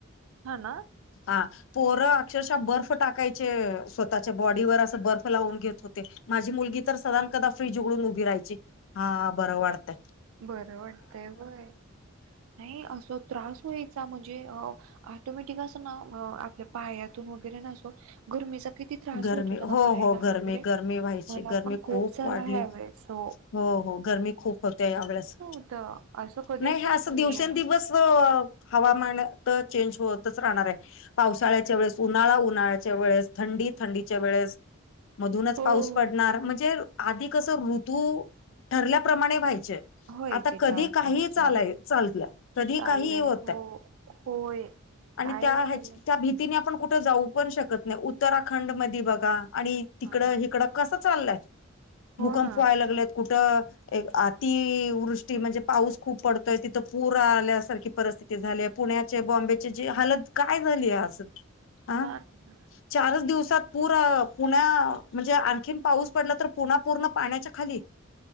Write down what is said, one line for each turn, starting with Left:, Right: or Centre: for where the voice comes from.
Right: हा ना
Left: हा पोरं अक्षरशः बर्फ टाकायचे स्वतःच्या बॉडीवर असं बर्फ लावून घेत होते माझी मुलगी तर सधान कदा फ्रीज उघडून उभी राहायची हा बरं वाटतं
Right: बरं वाटतंय बय नाही असं त्रास वयचा म्हणजे ऑटोमॅटिक असं ना आपल्या पायातून वगैरे नसो गरमीचा किती त्रास
Left: गरमी
Right: होत होता ना
Left: हो
Right: पायला
Left: हो गरमी
Right: वगैरे
Left: गरमी व्हायची
Right: मला
Left: गरमी
Right: पण खूप झाला
Left: वाढली
Right: ह्या वळे सो
Left: हो हो गरमी खूप होते या वळेस
Right: नव्हतं असं कधीच
Left: नाही हे असं
Right: झालं
Left: दिवसेंदिवस
Right: एवढं
Left: हवामान तर चेंज होतच राहणार आहे पावसाळ्याच्या वेळेस उन्हाळा उन्हाळ्याच्या वेळेस थंडीत थंडीच्या वेळेस मधूनच
Right: हो
Left: पाऊस पडणार म्हणजे आधी कस ऋतू ठरल्याप्रमाणे व्हायचे
Right: व्हायचे
Left: आता कधी
Right: चार
Left: काही
Right: चार
Left: चालाय
Right: चार नाही
Left: चालतल्या कधी
Right: चाललंय
Left: काही होतय
Right: हो होय काय
Left: आणि त्या ह
Right: त्याला
Left: त्या भी तिने आपण कुठ जाऊ पण शकत नाही उत्तराखंड मध्ये बघा आणि तिकड
Right: हा
Left: हिकडं कस चाललायत
Right: हो
Left: भूकंप
Right: ना
Left: व्हायला लागलेत कुठं एक अतिवृष्टी म्हणजे पाऊस खूप पडतोय तिथं पूर आल्यासारखी परिस्थिती झाली पुण्याचे बॉम्बेची जी हलत काय झाली आहे आज अ
Right: हा ना
Left: चारच दिवस पुण्या म्हणजे आणखी पाऊस पडला तर पुण्या पूर्ण पाण्याच्या खाली